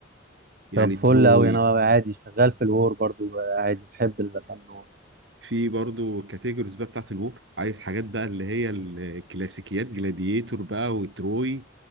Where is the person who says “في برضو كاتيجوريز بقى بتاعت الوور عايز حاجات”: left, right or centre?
Right